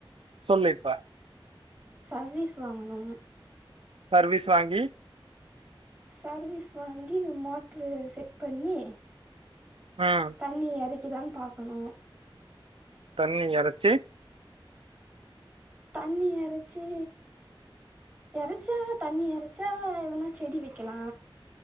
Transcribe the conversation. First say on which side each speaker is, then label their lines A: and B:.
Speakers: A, on the right (about 80°); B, on the right (about 20°).
A: சொல்லு இப்ப.
B: சர்வீஸ் வாங்கணு
A: சர்வீஸ் வாங்கி
B: சர்வீஸ் வாங்கி மோட்ரு செட் பண்ணி
A: ம்.
B: தண்ணி எரக் கிதாம் பாக்கணு
A: தண்ணி எரச்சு
B: தண்ணி எரச்சு எரச்சா தண்ணி எரச்சா எத்தனா செடி வெக்கலா